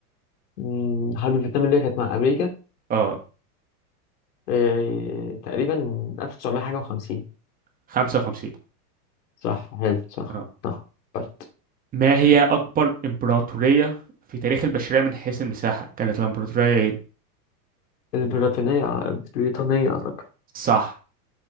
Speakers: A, on the left; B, on the right.
A: مم، حرب الفيتنام اللي هي كانت مع أمريكا
B: اه
A: آه، تقريبا 1900 حاجة و50
B: 55
A: صح حلو صح
B: آه.
A: صح بس
B: ما هي أكبر إمبراطورية في تاريخ البشرية من حيث المساحة كانت الإمبراطورية إيه؟
A: البريطانية البريطانية أعتقد
B: صح